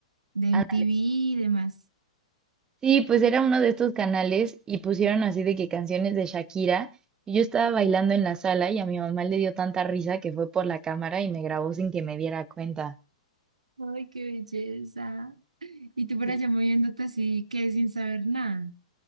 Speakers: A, on the right; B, on the right.
A: de
B: Ah,
A: MTV y demás.
B: Sí, pues era uno de estos canales y pusieron así de que canciones de Shakira. Y yo estaba bailando en la sala y a mi mamá le dio tanta risa que fue por la cámara y me grabó sin que me diera cuenta.
A: Ay, qué belleza. Y tú por
B: Sí,
A: allá moviéndote así, que sin saber nada.